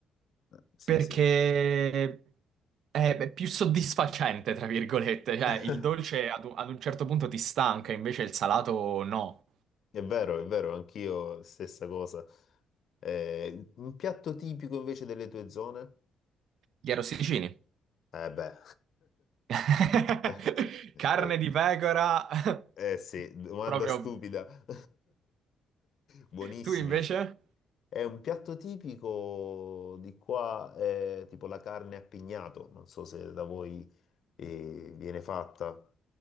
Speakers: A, on the left (about 60°); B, on the right (about 70°).
A: Eh, Sì,
B: perché
A: sì.
B: è beh, più soddisfacente, tra virgolette. Cioè,
A: <laughs>
B: il dolce ad un, ad un certo punto ti stanca, invece il salato no.
A: È vero, è vero, anch'io stessa cosa. Eh, un piatto tipico invece delle tue zone?
B: Gli arrosticini.
A: Eh beh.
B: <laughs>
A: <laughs> Eh,
B: Carne
A: eh,
B: di pecora. <laughs>
A: eh sì, domanda
B: Proprio.
A: stupida. <laughs> Buonissimi.
B: Tu invece?
A: È un piatto tipico di qua, è tipo la carne a pignato, non so se da voi eh, viene fatta.